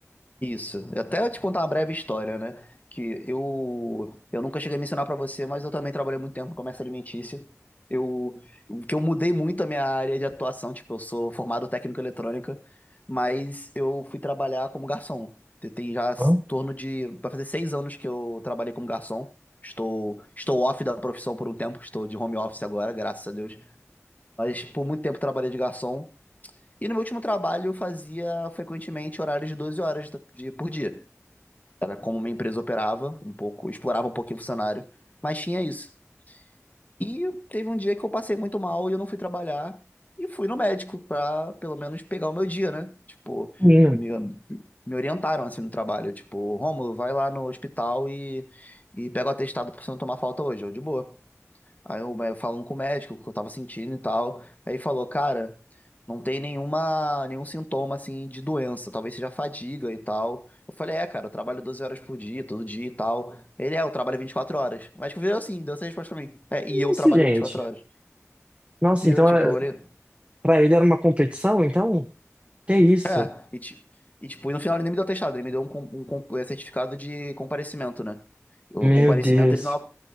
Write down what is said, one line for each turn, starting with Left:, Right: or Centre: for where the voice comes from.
Left: Isso. Até te contar uma breve história, né? Que eu eu nunca cheguei a mencionar pra você, mas eu também trabalhei muito tempo no comércio alimentício. Eu o que eu mudei muito a minha área de atuação, tipo, eu sou formado técnico em eletrônica, mas eu fui trabalhar como garçom. Tem tem já s-
Right: Hã?
Left: torno de vai fazer seis anos que eu trabalhei como garçom. Estou estou off da profissão por um tempo, estou de home office agora, graças a Deus. Mas por muito tempo trabalhei de garçom. E no meu último trabalho eu fazia frequentemente horários de 12 horas de- por dia. Era como uma empresa operava um pouco, explorava um pouquinho o funcionário, mas tinha isso. E teve um dia que eu passei muito mal e eu não fui trabalhar e fui no médico pra pelo menos pegar o meu dia, né? Tipo,
Right: Mínimo.
Left: me, me orientaram assim no trabalho, tipo, Rômulo, vai lá no hospital e, e pega o atestado pra você não tomar falta hoje, eu de boa. Aí eu, eu falando com o médico, o que eu tava sentindo e tal. Aí ele falou, cara, não tem nenhuma, nenhum sintoma assim de doença, talvez seja fadiga e tal. Eu falei, é, cara, eu trabalho 12 horas por dia, todo dia e tal. Ele é, eu trabalho 24 horas. O médico virou assim, deu essa resposta pra mim. É, e eu
Right: Isso,
Left: trabalho
Right: gente.
Left: vinte e quatro horas.
Right: Nossa,
Left: E eu,
Right: então,
Left: tipo,
Right: é-
Left: eu olhei.
Right: pra ele era uma competição, então? Que isso?
Left: É, e, ti- e tipo, e no final ele nem me deu atestado, ele me deu um, com- um, com- é, certificado de comparecimento, né? O
Right: Meu
Left: comparecimento
Right: Deus.
Left: ele não, ab-